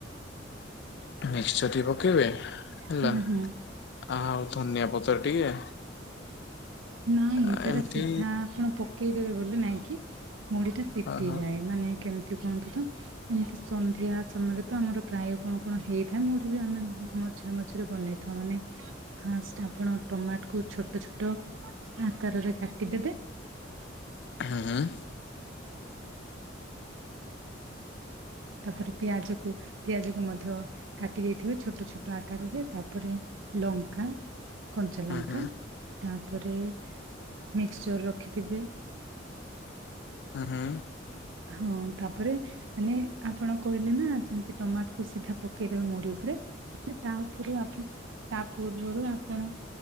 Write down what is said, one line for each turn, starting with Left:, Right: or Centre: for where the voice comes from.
Left: ମିକ୍ସଚର ଟିକେ ପକେଇବେ ହେଲା।
Right: ହୁଁ ହୁଁ
Left: ଆଉ ଧନିଆ ପତ୍ର ଟିକେ।
Right: ନାଇଁ
Left: ଆ
Right: ସେଟା
Left: ଏମିତି
Right: ସିଧା ଆପଣ ପକେଇଦେବେ ବୋଲି ନାଇଁକିି, ମୁଢିଟା- ଶିପିଯାଏ,
Left: ଅ ହଁ
Right: ମାନେ କେମିତି କଣ ତ? ଏମିତି ସନ୍ଧ୍ୟା ସମୟରେ ତ ଆମର ପ୍ରାୟ କଣ, କଣ ହେଇଥାଏ, ମୁଁଢ଼ୀ ବି ଆମେ ମଝିରେ, ମଝିରେ ବନେଇଥାଉ। ମାନେ ଫାଷ୍ଟ ଆପଣ ଟମାଟ କୁ ଛୋଟ ଛୋଟ ଆକାରରେ କାଟିଦବେ।
Left: ହଁ, ହଁ।
Right: <inaudible> ତାପରେ ପିଆଜ କୁ ପିଆଜ କ ମଧ୍ୟ କାଟି ଦେଇଥିବେ, ଛୋଟ ଛୋଟ ଆକାରରେ ତାପରେ ଲଙ୍କା କଞ୍ଚା ଲଙ୍କା
Left: ହୁଁ ହୁଁ
Right: ତାପରେ ମିକ୍ସଚର ରଖିଥିବେ
Left: ହ, ହଁ।
Right: ହଁ ତାପରେ ମାନେ। ଆପଣ କହିଲେ ନା, ଯେମତି ଟମାଟକୁ ସିଧା ପକେଇଦବେ ମୁଢି ଉପରେ, ତା ଉପରେ ଆପଣ ତା ପୂର୍ବରୁ ଆପଣ